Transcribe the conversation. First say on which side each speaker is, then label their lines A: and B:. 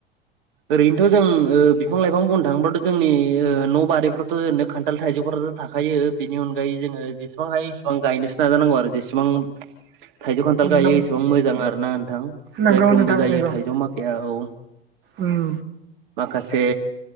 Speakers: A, on the right; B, on the right.
A: ओरैनोथ जों ओ बिफां लाइफां बुंनो थाङोबथ जोंनि ओ न' बारिफ्रावथ ओरैनो खान्थाल थाइजौफोराथ थाखायो बेनि अनगायै जोङो जसेबां हायो एसेबां गायनोसो नाजानांगौ आरो जेसे बां थाइजौ खान्थाल गायो
B: नों
A: एसेबां मोजां आरो नान थां
B: नंगौ
A: जायख्लुमबो
B: नोंथां
A: जायो
B: नंगौ
A: थाइजौ माखाया औ।
B: उम
A: माखासे